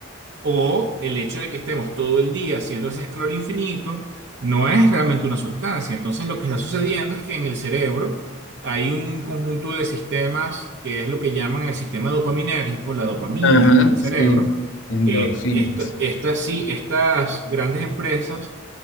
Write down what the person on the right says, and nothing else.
o el hecho de que estemos todo el día haciendo ese scroll infinito no es realmente una sustancia. Entonces lo que está sucediendo es que en el cerebro hay un conjunto de sistemas que es lo que llaman el sistema dopaminérgico, la dopamina
en el cerebro.
Eh, esto- estas, sí, estas grandes empresas